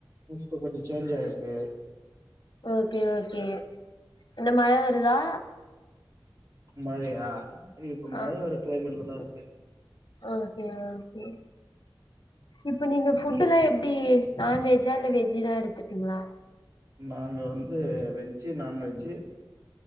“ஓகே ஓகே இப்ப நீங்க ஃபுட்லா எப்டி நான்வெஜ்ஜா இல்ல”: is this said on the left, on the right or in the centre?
Left